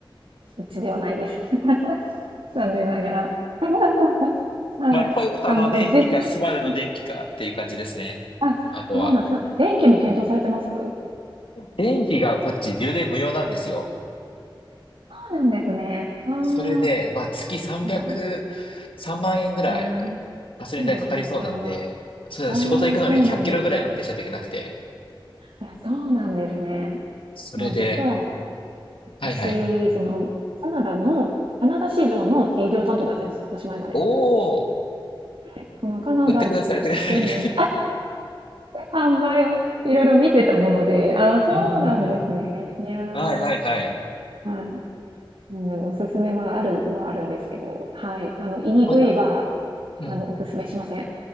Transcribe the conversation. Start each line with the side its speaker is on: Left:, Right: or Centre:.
Right: うちではないです。<laughs> 残念ながら。<laughs> はい。
Left: まあトヨタの電気かスバルの電気かっていう感じですね。
Right: あの、実、はい。あ、
Left: あとは、
Right: そうなんです。あ、電気も検討されてますそ
Left: 電気がこっち充電無料なんですよ。
Right: うなんですね。ああ、
Left: それで、
Right: は
Left: まあ、月300、
Right: い。
Left: 3万円ぐらい
Right: いやー、で
Left: ガソリン代かかりそうなんで、
Right: かいですね、それは。
Left: そうだね、
Right: ああ、
Left: 仕事行くのに100キロぐらい運転しないといけなくて、
Right: そうなんですね。あ、そうなんですね。
Left: それで、
Right: まあ、実は
Left: はいはい。
Right: 私、その、カナダの、カナダ市場の営業担当だったんです、おしまいまで。
Left: おー、
Right: でそのカナダ
Left: 売ってください、売ってください。
Right: 全土の
Left: <laughs>
Right: 販売をいろいろ見てたもので、あー、そうなんですね。
Left: うんうんうん。
Right: いやー、
Left: はいはいはい。
Right: はい。なのでおすすめはあるのはあるんですけど、はい。あの、EV
Left: ほ、
Right: は、
Left: うん。
Right: あの、おすすめしません。